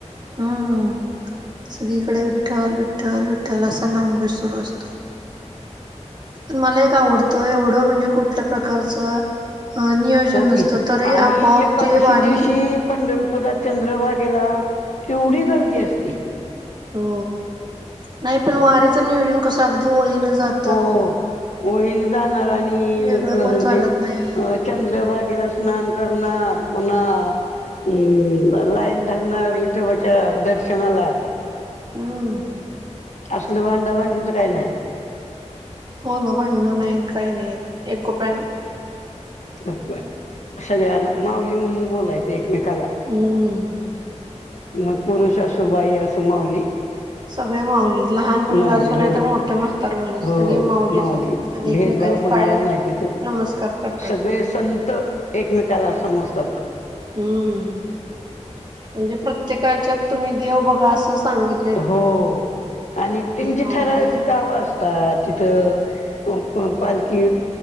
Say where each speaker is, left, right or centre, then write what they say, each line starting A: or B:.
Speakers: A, on the right (about 35°); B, on the left (about 75°).
A: हम्. सगळीकडे विठ्ठल विठ्ठल विठ्ठल असा नामघोष सुरू असतो. पण मला एक आवडतं एवढं म्हणजे कुठल्या प्रकारचं. अ नियोजन
B: हो
A: नसतं
B: की
A: तरी
B: आणि
A: आपोआप
B: एकादशी
A: ते वारी.
B: दिवशी पंढरपुरात चंद्रभागेला तेवढी गर्दी असती.
A: हो नाही पण वारीच नियोजन कस अगदी ओळी न जात.
B: हो ओळीन जाणार आणि
A: वेगळं
B: तुला
A: कोण
B: सांगते.
A: चालत नाही
B: चंद्रभागेला स्नान करणार पुन्हा. हम्म लाईन धरणार इथे बच्या दर्शनाला.
A: हम्म.
B: असल भांडा भांडीचं काही नाही.
A: हो ना भांडणं नाहीत काही नाहीत एक कुप्यान.
B: अ सर ना माऊली म्हणून बोलायच एकमेकाला.
A: हम्म
B: मग पुरुष अशुबाई अस मावली.
A: सगळे माऊली लहान मुलगा
B: माऊली
A: असून
B: हो
A: नाही तर मोठ्या म. तर माणूस
B: हो
A: सगळे माऊलीच
B: माऊली
A: होते आणि एकमेकांचे
B: भेदभाव कोणाला
A: पाय
B: नाही तिथं
A: नमस्कार करतात.
B: सगळे संत एकमेकाला समजतात.
A: हम्म म्हणजे प्रत्येकाच्यात तुम्ही देव बघा असं सांगित.
B: हो आणि त्यांची
A: माऊली
B: ठराव गावं असतात. तिथं पालखी